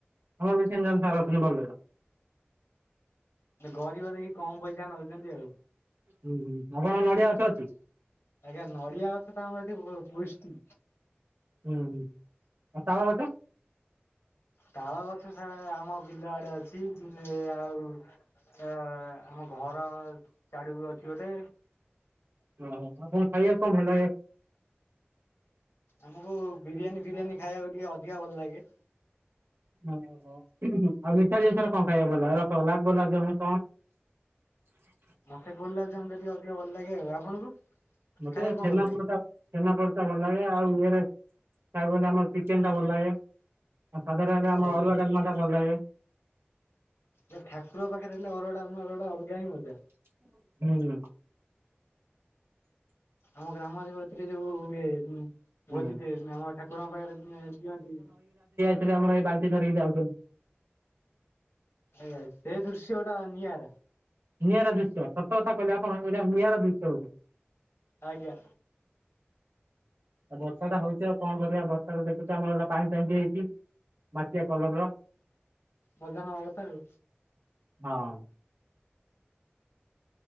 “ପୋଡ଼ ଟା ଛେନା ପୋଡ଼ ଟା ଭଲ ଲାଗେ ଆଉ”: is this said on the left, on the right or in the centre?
Right